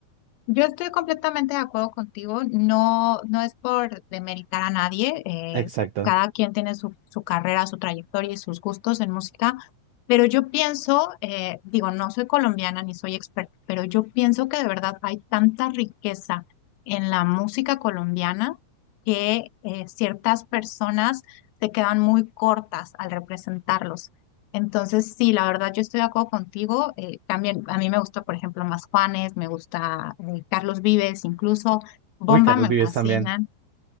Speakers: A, on the left; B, on the right.
A: Yo estoy completamente de acuerdo contigo, no, no es por demeritar a nadie, eh,
B: Exacto.
A: cada quien tiene su, su carrera, su trayectoria y sus gustos en música, pero yo pienso, eh, digo, no soy colombiana ni soy experta, pero yo pienso que de verdad hay tanta riqueza en la música colombiana que eh, ciertas personas se quedan muy cortas al representarlos. Entonces, sí, la verdad, yo estoy de acuerdo contigo. eh, también a mí me gusta, por ejemplo, Más Juanes, me gusta eh, Carlos Vives, incluso Bomba
B: Uy, Carlos
A: me
B: Vives
A: fascinan.
B: también.